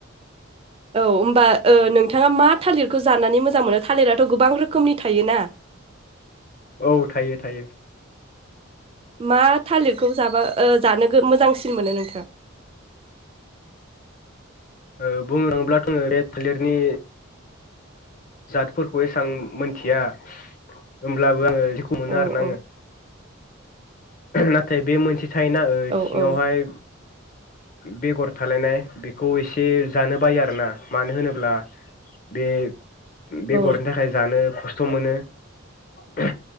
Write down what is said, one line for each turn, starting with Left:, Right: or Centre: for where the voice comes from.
Right: औ होमबा ओ नोंथाङा मा थालिरखौ जानानै मोजां मोनो थालिराथ' गोबां रोखोमनि थायोना
Left: औ थायो थायो
Right: मा थालिरखौ जाबा ओ जानो मोजांसिन मोनो नोंथां
Left: ओ बुंङो थाङोब्लाथ बे थालिरनि जातफोरखौ एसां मोनथिया होमब्लाबो आङो खौ मोनो
Right: औ
Left: आरोना
Right: औ
Left: आङो नाथाय बे मोनसे थायोना
Right: औ
Left: सिङावहाय
Right: औ
Left: बेगर थालायनाय बेखौ एसे जानो बायो आरोना मानो होनोब्ला बे बेगरनि
Right: औ
Left: थाखाय जानो ख खस्थ' मोनो ना